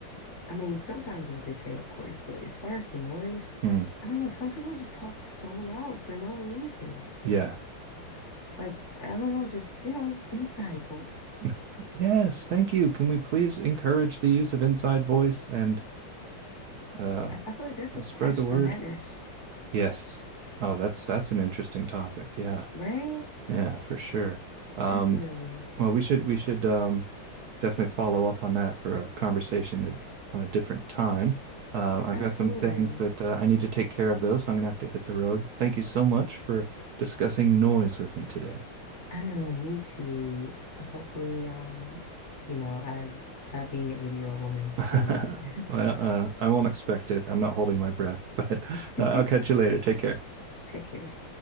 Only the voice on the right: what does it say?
Mm.
Yeah.
<laughs> Yes, thank you. Can we please encourage the use of inside voice and uh
And
spread the word.
Yes. Oh, that's that's an interesting topic. Yeah.
Yeah, for sure. Um,
well, we should we should um definitely follow up on that for a conversation at- on a different time. Uh, I've
got some things that uh, I need to take care of though, so I'm gonna have to hit the road. Thank you so much for discussing noise with me today.
<laughs>
Well, uh, I won't expect it. I'm not holding my breath, <laughs> but uh,
I'll catch you later. Take care.